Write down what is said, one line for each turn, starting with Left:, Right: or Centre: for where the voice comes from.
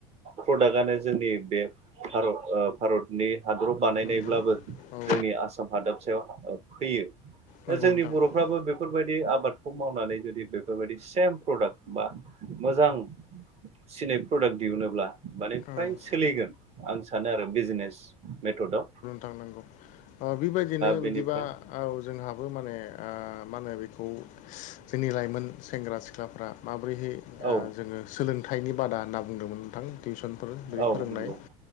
Right: प्रदाक्टआनो जोंनि बे भारत ओ भारतनि हादराव बानायनायब्लाबो
Left: नंगौ औ
Right: जोंनि आसाम हादाबसायाव ओ फैयो
Left: नंगौ
Right: दा जोंनि
Left: नोंथां
Right: बर'फ्राबो बे फोरबायदि आबादखौ मावनानै जुदि बेफोरबायदि सेम प्रडाक्ट बा मोजां सिनाय प्रडाक्ट दिहुनोब्ला माने फ्राय
Left: औ
Right: सोलिगोन। आं सानो आरो बिजनेस मेथदआव।
Left: थांनांगौ ओ बेबायदिनो
Right: बेनिफ्राय
Left: बिदिबा औ जोंहाबो माने ओ मा होनो बेखौ जोंनि लाइमोन सेंग्रा सिख्लाफोरा माबारैहाय ओ
Right: औ
Left: जोङो सोलोंथाइनि बादा होनना बुंदोंमोन नोंथां टिउसन फोर बिदि
Right: औ
Left: फोरोंनाय
Right: नंगौ